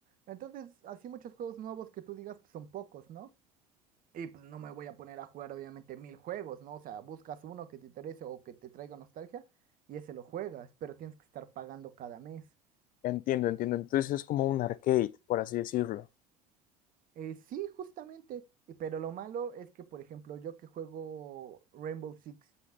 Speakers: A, on the right; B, on the left.
A: Entonces, así muchos juegos nuevos que tú digas pues, son pocos, ¿no? Y pues no me voy a poner a jugar obviamente mil juegos, ¿no? O sea, buscas uno que te interese o que te traiga nostalgia y ese lo juegas, pero tienes que estar pagando cada mes.
B: Entiendo, entiendo. Entonces es como un arcade, por así decirlo.
A: Eh, sí, justamente, y- pero lo malo es que, por ejemplo, yo que juego Rainbow Six,